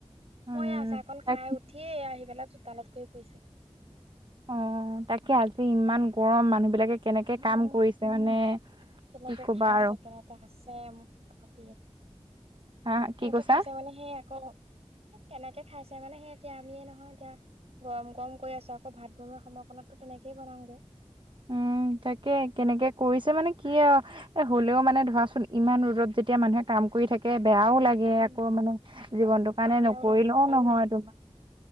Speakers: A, on the right (about 45°); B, on the right (about 65°).
A: উম।
B: মই এয়া চাকন
A: তাক
B: খাই উঠিয়ে এয়া আহি পেলাই চোতালত। ঘূৰি ফুৰিছে।
A: অ, তাকে আজি ইমান গৰম মানুহ বিলাকে কেনেকে কাম
B: উম,
A: কৰিছে মানে!
B: কেনেকে
A: কি ক'বা
B: খাইছে,
A: আৰু
B: কেনেকে আছে মই ভাবি আছোঁ।
A: হা
B: কেনেকে
A: কি কৈছা?
B: খাইছে মানে সেই আকৌ এ কেনেকে খাইছে মানে সেই এতিয়া আমিয়ে নহয় এতিয়া গৰম গৰম কৰি আছোঁ, আকৌ ভাত বনোৱা সময়কনতটো তেনেকেই বনাওঁ গে।
A: উম। তাকে কেনেকে কইছে মানে কি আৰু এ হলেও মানে ধৰাচোন ইমান ৰদত যেতিয়া মানুহে কাম কৰি থাকে বেয়াও লাগে
B: উম,
A: আকৌ মানে জীৱনটো কাৰণে
B: বেয়াও
A: নকৰিলেও
B: লাগে উপায়ো
A: নহয়
B: নাই।
A: তোমাৰ